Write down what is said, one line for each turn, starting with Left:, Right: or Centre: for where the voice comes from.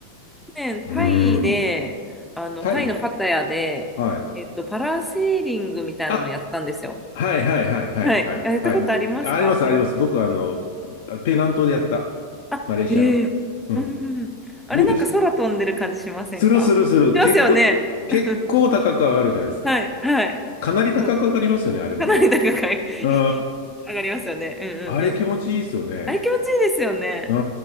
Centre: 去年、
Left: うーん。
Centre: タイで、あの、
Left: タイ
Centre: タイのパタヤで、
Left: はい。
Centre: えっと、パラセーリングみたいなのやったんですよ。
Left: あ、はいはいはいはいはい。
Centre: はい。あやったことありますかパラ
Left: はい。ありますあります。僕、あの、ペナントでやった。
Centre: あ、
Left: マレーシアの。
Centre: へえ。
Left: うん。
Centre: うんあれなんか空飛んでる感じしませんかしますよね。
Left: どうでしたするするする。結構、結構高く上がるじゃないですか。
Centre: <laughs> はい、はい。
Left: かなり高く上がりますよね、
Centre: そう
Left: あれもね。
Centre: かなり高い
Left: うん
Centre: <laughs> 上がりますよね。うんうんうん。
Left: あれ気持ちいいですよね。
Centre: あれ気持ちいいですよね。
Left: うん。